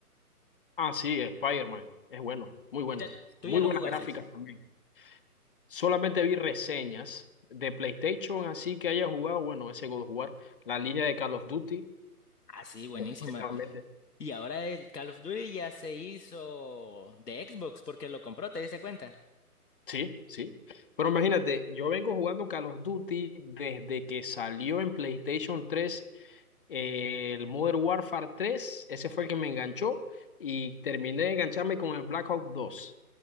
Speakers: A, on the left; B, on the left.
A: Ah, sí, Spider-Man. Es bueno, muy bueno.
B: Vos ya- ¿tú
A: Muy
B: ya lo
A: buenas
B: jugaste?
A: gráficas también. Solamente vi reseñas de PlayStation, así que haya jugado, bueno, ese God of War, la línea de Call of Duty.
B: Ah, sí, buenísima.
A: Completamente.
B: Y ahora el Call of Duty ya se hizo de Xbox porque lo compró, ¿te diste cuenta?
A: Sí, sí. Pero imagínate, yo vengo jugando Call of Duty desde que salió en PlayStation 3 eh, el Modern Warfare tres Ese fue el que me enganchó y terminé de engancharme con el Black Ops 2.